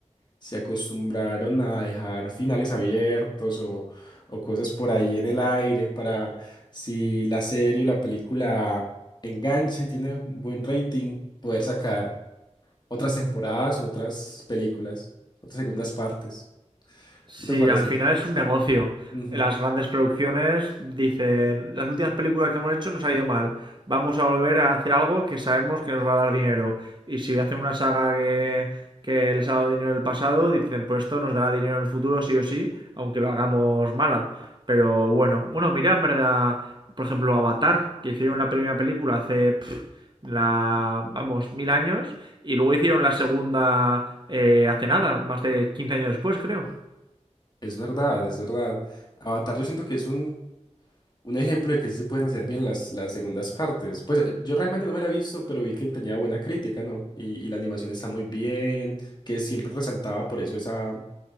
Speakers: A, on the left; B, on the right.
A: se acostumbraron a dejar finales abiertos o, o cosas por ahí en el aire para si la serie o la película engancha y tiene buen rating, poder sacar otras temporadas, otras películas, otras segundas partes.
B: Sí,
A: ¿No te parece?
B: al final es un negocio.
A: Ujú,
B: Las grandes producciones dicen, las últimas películas que hemos hecho nos ha ido mal. Vamos a volver a hacer algo que sabemos que nos va a dar dinero. Y si hacen una saga que, que les ha dado dinero en el pasado, dicen, pues esto nos dará dinero en el futuro sí o sí, aunque lo hagamos mala. Pero bueno, bueno, mira, en verdad, por ejemplo, Avatar, que hicieron la primera película hace, pf, la, vamos, mil años, y luego hicieron la segunda eh, hace nada, más de 15 años después, creo.
A: Es verdad, es verdad. Avatar, yo siento que es un, un ejemplo de que sí se pueden hacer bien las, las segundas partes. Pues eh, yo realmente no me la he visto, pero vi que tenía buena crítica, ¿no? Y, y la animación está muy bien, que siempre resaltaba por eso esa,